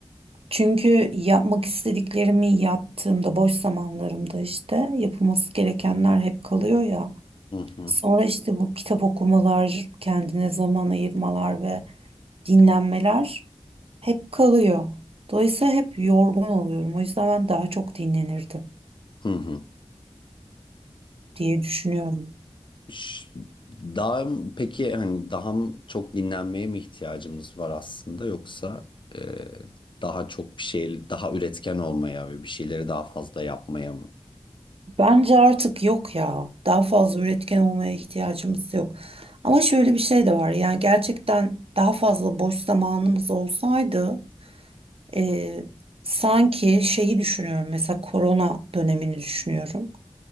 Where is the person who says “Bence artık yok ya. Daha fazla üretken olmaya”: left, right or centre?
Right